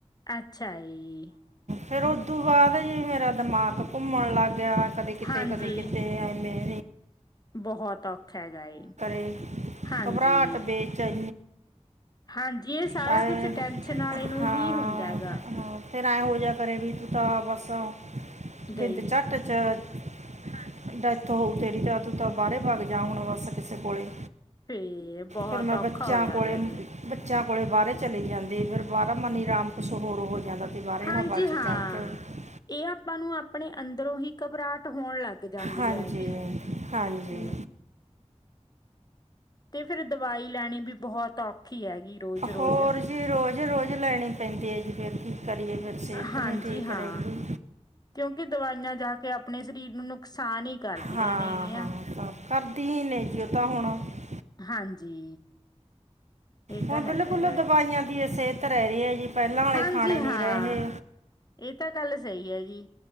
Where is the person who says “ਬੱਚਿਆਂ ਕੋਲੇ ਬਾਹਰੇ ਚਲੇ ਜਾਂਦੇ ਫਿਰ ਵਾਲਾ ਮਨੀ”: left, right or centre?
Right